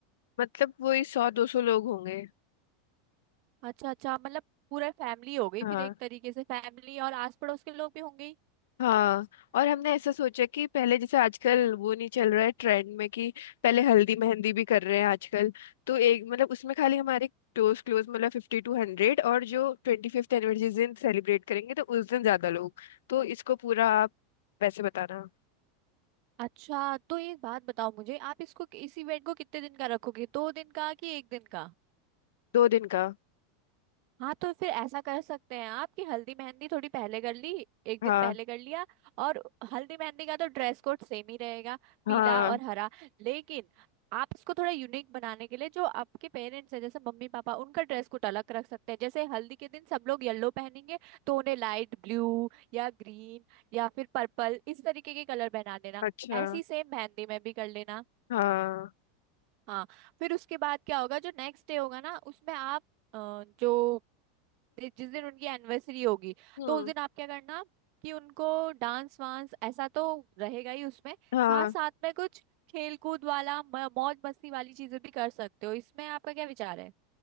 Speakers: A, on the left; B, on the right.
A: मतलब वही सौ दो सौ लोग होंगे
B: अच्छा अच्छा मतलब पूरा फैमिली हो गई
A: हाँ
B: फिर एक तरीके से फैमिली और आस पड़ोस के लोग भी होंगे ही।
A: हाँ और हमने ऐसा सोचा कि पहले जैसे आजकल वो नहीं चल रहा है ट्रेंड में कि पहले हल्दी मेहंदी भी कर रहे हैं आजकल तो एक मतलब उसमें खाली हमारे क्लोज क्लोज मतलब फिफ्टी टू हंड्रेड और जो ट्वेंटी फिफ्थ एनिवर्सरी दिन सेलिब्रेट करेंगे तो उस दिन ज्यादा लोग तो इसको पूरा आप वैसे बताना
B: अच्छा तो एक बात बताओ मुझे आप इसको इस इवेंट को कितने दिन का रखोगे दो दिन का कि एक दिन का
A: दो दिन का
B: हाँ तो फिर ऐसा कर सकते हैं आप कि हल्दी मेहंदी थोड़ी पहले कर ली एक
A: हाँ
B: दिन पहले कर लिया और हल्दी मेहंदी का तो ड्रेस कोड सेम ही रहेगा
A: हाँ
B: पीला और हरा लेकिन आप इसको थोड़ा यूनिक बनाने के लिए जो आपके पेरेंट्स हैं जैसे मम्मी पापा उनका ड्रेस कोड अलग रख सकते हैं जैसे हल्दी के दिन सब लोग येलो पहनेंगे तो उन्हें लाइट ब्लू या ग्रीन या फिर पर्पल इस तरीके के कलर पहना देना
A: अच्छा
B: ऐसी सेम मेहंदी में भी कर लेना
A: हाँ
B: हाँ फिर उसके बाद क्या होगा जो नेक्स्ट डे होगा ना उसमें आप अ, जो जिस दिन उनकी एनिवर्सरी होगी
A: हम्म
B: तो उस दिन आप क्या करना कि उनको डांस वांस ऐसा तो रहेगा ही उसमें
A: हाँ
B: साथ साथ में कुछ खेल कूद वाला म- मौज मस्ती वाली चीजें भी कर सकते हो इसमें आपका क्या विचार है